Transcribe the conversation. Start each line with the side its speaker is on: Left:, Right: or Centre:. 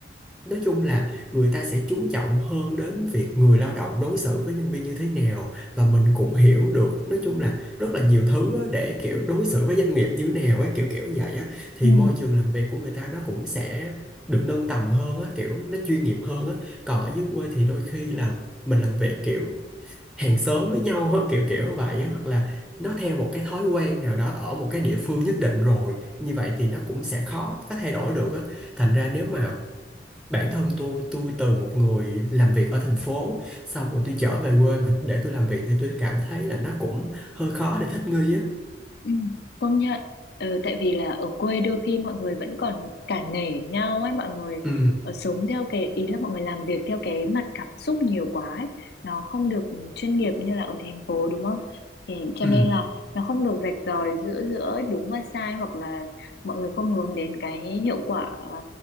Centre: Nói chung là người ta sẽ chú trọng hơn đến việc người lao động đối xử với nhân viên như thế nào và mình cũng hiểu được nói chung là rất là nhiều thứ á, để kiểu đối xử với doanh nghiệp như thế nào ấy kiểu kiểu vậy á thì
Left: ừ.
Centre: môi trường làm việc của người ta nó cũng sẽ được nâng tầm hơn á kiểu nó chuyên nghiệp hơn á còn ở dưới quê thì đôi khi là mình làm việc kiểu hàng xóm với nhau á kiểu kiểu vậy á hoặc là nó theo một cái thói quen nào đó ở một cái địa phương nhất định rồi như vậy thì nó cũng sẽ khó có thay đổi được á thành ra nếu mà bản thân tôi tôi từ một người làm việc ở thành phố xong rồi tôi trở về quê mà để tôi làm việc thì tôi cảm thấy là nó cũng hơi khó để thích nghi á
Left: Ừ, công nhận ờ, tại vì là ở quê đôi khi mọi người vẫn còn cả nể nhau ấy mọi người
Centre: ừ
Left: ờ, sống theo cái ý là mọi người làm việc theo cái mặt cảm xúc nhiều quá ấy. Nó không được chuyên nghiệp như là ở thành phố đúng không thì cho
Centre: ừ
Left: nên là nó không được rạch ròi giữa giữa đúng và sai hoặc là mọi người không hướng đến cái hiệu quả ờ,